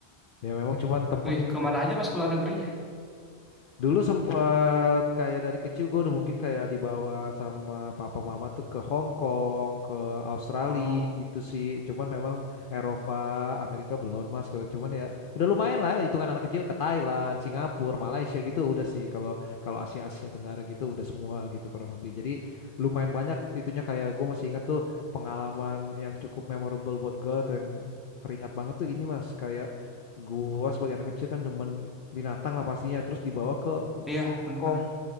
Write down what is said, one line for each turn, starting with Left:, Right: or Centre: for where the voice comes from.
Left: ya memang cuman temen
Centre: Wih, kemana aja mas ke luar negerinya?
Left: Dulu sempet kayak dari kecil gue udah mungkin kayak dibawa sama papa mama tuh ke Hong Kong, ke Australia
Centre: Wow.
Left: gitu sih. Cuman memang Eropa, Amerika belum mas. Kalau- Cuman ya udah lumayan lah hitungan anak kecil ke Thailand, Singapura, Malaysia gitu udah sih. Kalau kalau Asia Asia Tenggara gitu udah semua gitu kurang lebih. Jadi lumayan banyak itunya kayak gue masih ingat tuh pengalaman yang cukup memorable buat gue atau yang teringat banget tuh ini mas kayak Gua sebagai anak kecil kan demen binatang lah pastinya terus dibawa ke Hong
Centre: Iya, benar-benar.
Left: Kong